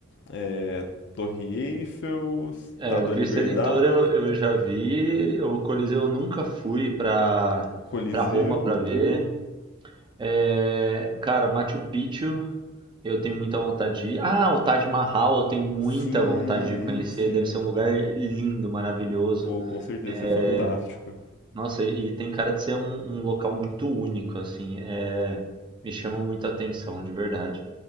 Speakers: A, on the left (about 55°); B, on the right (about 20°).
A: é Torre Eiffel, Estátua
B: é, o Cristo
A: da Liberdade,
B: Redentor eu, eu já vi, o Coliseu eu nunca fui para
A: o Coliseu.
B: para Roma para ver. É, cara, Machu Picchu Eu tenho muita vontade de ir. Ah, o Taj Mahal, eu tenho muita
A: Sim,
B: vontade de conhecer.
A: sim.
B: Deve ser um lugar lindo, maravilhoso.
A: Pô, com certeza,
B: É,
A: isso é fantástico.
B: nossa, e e tem cara de ser um, um local muito único, assim. É, me chama muita atenção, de verdade.